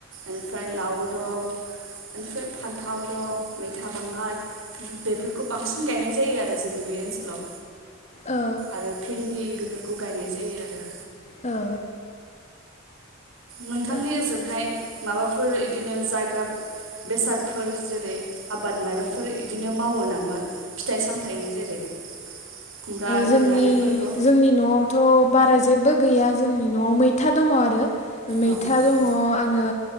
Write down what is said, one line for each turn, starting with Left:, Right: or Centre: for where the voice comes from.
Right: इनिफ्राय लाव दं इनिफ्राय फान्थाव दं मै था बांगाल बेफोरखौ बांसिन गायनाय जायो आरो जोंनि बे ओनसोलाव
Left: औ
Right: आरो भिन्दि बेफोरखौ गायनाय जायो आरो
Left: औ
Right: नोंथांनि
Left: औ
Right: ओजोंहाय माबाफोर इदिनो जाग्रा बेसादफोर जेरै आबाद मायाबाफोर इदिनो मावो नामा फिथाइ सामथायाइनि जेरै खुमब्रा जोगोनार
Left: जोंनि
Right: बेफोरखौ
Left: जोंनि न'आवथ' बारा जेबो गैया जोंनि न'आव मैथा दङ आरो मैथा
Right: अ
Left: दङ
Right: अ
Left: आरो